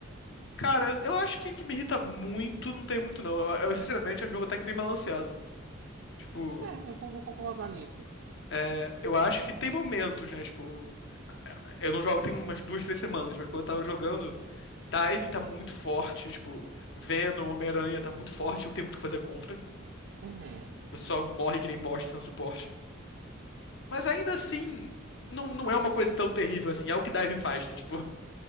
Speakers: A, on the left; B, on the right.
A: Cara, eu acho que que me irrita muito, não tem muito, não. Eu, eu, sinceramente, acho o jogo até que bem balanceado. Tipo,
B: É, eu vou concordar nisso.
A: é, eu acho que tem momentos, né? Tipo, é, eu não jogo tem umas duas, três semanas, mas quando eu tava jogando. Dive tá muito forte, tipo, Venom, Homem-Aranha tá muito forte, não tem muito o que fazer contra.
B: Uhum,
A: Você só morre que nem bosta sendo suporte. Mas ainda assim, não, não é uma coisa tão terrível assim, é o que Dive faz, né? Tipo,